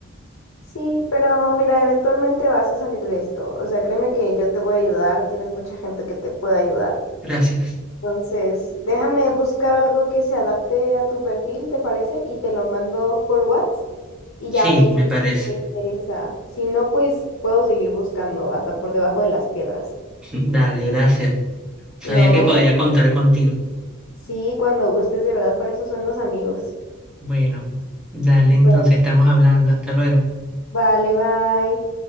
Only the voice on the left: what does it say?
Sí, pero mira, eventualmente vas a salir de esto. O sea, créeme que yo te voy a ayudar, tienes mucha gente que te puede ayudar.
Entonces, déjame buscar algo que se adapte a tu perfil, ¿te parece? Y te lo mando por WhatsApp y
ya me dices
si te interesa. Si no, pues puedo seguir buscando hasta por debajo de las piedras.
No,
sí, cuando gustes, de verdad, para eso son los amigos.
Bueno,
vale, bye.